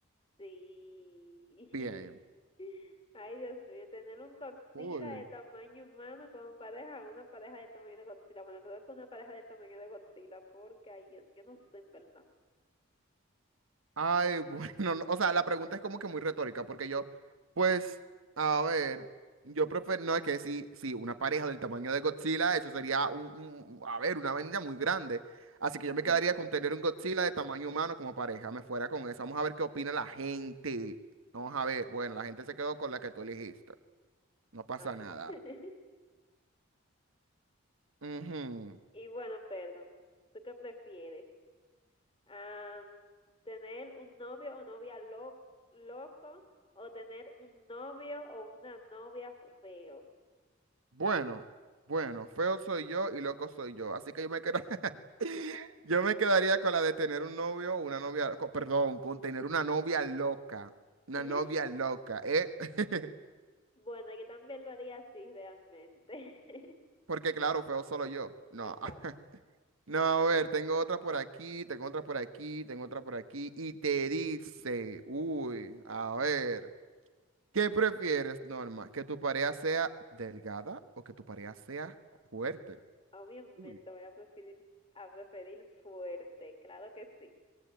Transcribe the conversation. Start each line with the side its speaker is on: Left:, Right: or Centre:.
Left: Sí. <laughs>
Right: Bien.
Left: Ay, Dios mío, tener un Godzilla
Right: Cool.
Left: de tamaño humano como pareja, una pareja del tamaño de Godzilla. Bueno, creo que una pareja del tamaño de Godzilla, porque ay, yo, yo no sé en verdad.
Right: Ay, <laughs> bueno, no, o sea, la pregunta es como que muy retórica, porque yo, pues, a ver, yo prefiero, no, es que sí, sí, una pareja del tamaño de Godzilla, eso sería un, un- a ver, una vaina muy grande. Así que yo me
Left: <laughs>
Right: quedaría con tener un Godzilla de tamaño humano como pareja, me fuera con eso. Vamos a ver qué opina la gente. Vamos a ver, bueno, la gente se quedó con la que tú elegiste. No pasa
Left: Ah.
Right: nada.
Left: <laughs>
Right: Ujú.
Left: Y bueno, perdón, ¿tú qué prefieres? Am, ¿tener un novio o novia lo- loco o tener un novio o una novia feos?
Right: Bueno, bueno, feo soy yo y loco soy yo, así que yo me quedo, <laughs> yo me quedaría con la de tener un novio o una novia, co- perdón, con tener una novia loca, una
Left: <laughs>
Right: novia loca, ¿eh? <laughs>
Left: Bueno, yo también lo haría así realmente.
Right: Porque claro, feo solo yo, no,
Left: <laughs> Exacto.
Right: <laughs> no, a ver, tengo otra por aquí, tengo otra por aquí, tengo otra por aquí, y te dice, uy, a ver, ¿qué prefieres, Norma? ¿Que tu pareja sea delgada o que tu pareja sea fuerte?
Left: Obviamente
Right: Uy.
Left: voy a preferir, a preferir fuerte, claro que sí.